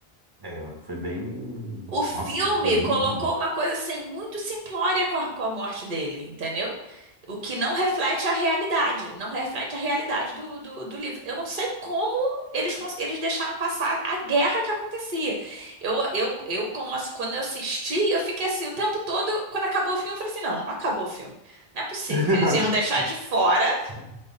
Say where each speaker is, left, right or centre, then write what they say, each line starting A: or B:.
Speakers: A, on the right; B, on the right.
A: É, foi bem.
B: O filme
A: Nossa, aquilo ali.
B: colocou uma coisa assim muito simplória com a, com a morte dele, entendeu? O que não reflete a realidade, não reflete a realidade do, do, do livro. Eu não sei como eles, cons- eles deixaram passar a guerra que acontecia. Eu, eu, eu como ass- quando eu assisti, eu fiquei assim, o tempo todo, quando acabou o filme, eu falei assim, não, não acabou o filme. Não é possível
A: <laughs>
B: que eles iam deixar de fora
A: <laughs>